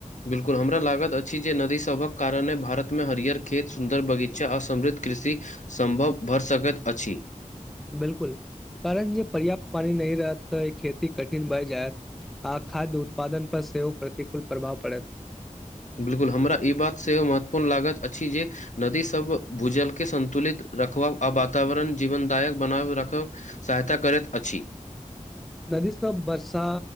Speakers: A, on the left (about 65°); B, in the centre.
A: बिल्कुल हमरा लागैत अछि जे नदीसभक कारणे भारतमे हरियर खेत सुन्दर बगीचा आर समृद्ध कृषि सम्भव भ सकैत अछि
B: बिलकुल कारण जे पर्याप्त पानी नहि रहत तऽ खेती कठिन भए जायत आ खाद्य उत्पादन पर सेहो प्रतिकूल प्रभाव पड़त
A: बिल्कुल हमरा ई बात सेहो महत्वपूर्ण लागैत अछि जे नदी सब भूजलके संन्तुलित रखब आ वातावरण जीवनदायक बनाब रखब सहायता करैत अछि
B: नदी सब वर्षा